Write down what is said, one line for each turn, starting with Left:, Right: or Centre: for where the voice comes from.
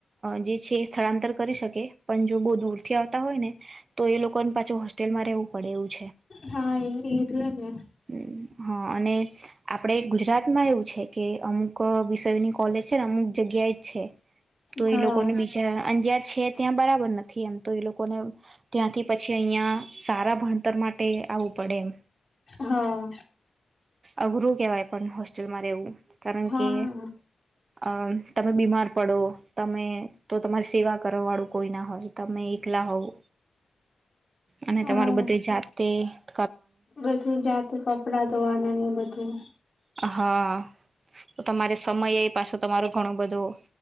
Right: જે છે સ્થળાંતર કરી શકે, પણ જો બહુ દૂરથી આવતા હોય ને તો એ લોકોને પાછું હોસ્ટેલમાં રહેવું પડે એવું છે,
Left: હા એ એટલે જ ને
Right: હમ્મ હા, અને આપણે ગુજરાતમાં એવું છે કે અમુક વિષયની કોલેજ છે, અમુક જગ્યા એ છે, તો
Left: હા
Right: એ લોકોને બિા અંજાર છે, ત્યાં બરાબર નથી એમ તો એ લોકોને ત્યાંથી પછી અહિયાં સારા ભણતર માટે આવવું પડે એમ
Left: હા
Right: અઘરું કેવાય પણ હો લ મારે એવું કારણ
Left: હા
Right: કે અ તમે બીમાર પડો તમે તો તમારી સેવા કરવા વાળું કોઈ ના હોય તમે એકલા હોવો અને
Left: હા
Right: તમારું બધું જાત <inaudible>
Left: બધું જાતે કપડા ધોવાના <unintelligible>
Right: હા તો તમારે સમય એ પાછો તમારું ઘણું બધું